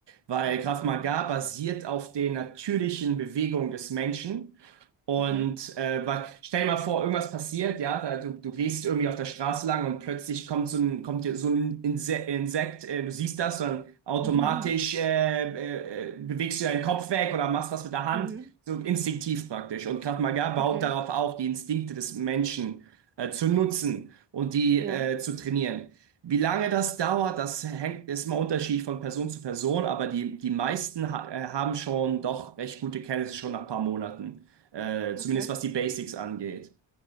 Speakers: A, on the right; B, on the right.
A: weil
B: Ach, interessant.
A: Krav Maga basiert auf den natürlichen Bewegungen des Menschen. Und
B: Okay.
A: äh, weil, stell dir mal vor, irgendwas passiert, ja, da, du, du gehst irgendwie auf der Straße lang und plötzlich kommt so ein, kommt dir so ein Inse Insekt, äh, du siehst das, dann automatisch
B: <laughs>
A: äh, äh, bewegst du deinen Kopf weg oder machst was mit der Hand,
B: Mhm.
A: so instinktiv praktisch. Und Krav Maga baut
B: Okay.
A: darauf auf, die Instinkte des Menschen äh, zu nutzen und die
B: Ja.
A: äh, zu trainieren. Wie lange das dauert, das hängt, ist mal unterschiedlich von Person zu Person, aber die, die meisten ha äh, haben schon doch recht gute Kenntnisse schon nach ein paar Monaten. Äh, zumindest
B: Okay.
A: was die Basics angeht.